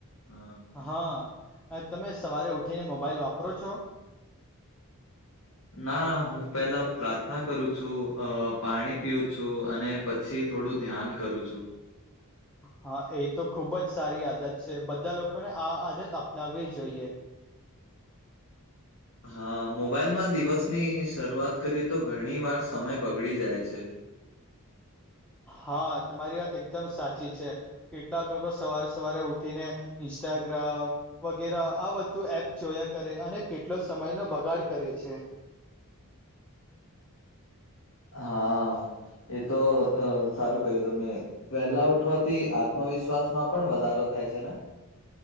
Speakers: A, on the left (about 65°); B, in the centre.
A: હમ
B: હા તમે સવારે ઉઠીને મોબાઈલ વાપરો છો.
A: ના હું પેલા પ્રાર્થના કરું છું અ પાણી પીવું છું અને પછી થોડું ધ્યાન કરું છું.
B: હા એ તો ખુબ જ સારી આદત છે બધા લોકોને આ આદત અપનાવવી જોઈએ
A: હા મોબાઈલમાં દિવસની શરૂઆત કરીએ તો ઘણી વાર સમય બગડી જાય છે
B: હા તમારી વાત એકદમ સાચી છે. કેટલાક લોકો સવારે સવારે ઉઠીને ઇન્સ્ટાગ્રામ. વગેરા આ બધું એપ જોયા કરે અને કેટલો સમય નો બગાડ કરે છે
A: હા એ તો સારું કહ્યું તમને પહેલા ઉઠવાથી આત્મવિશ્વાસ માં પણ વધારો થાય છે ને.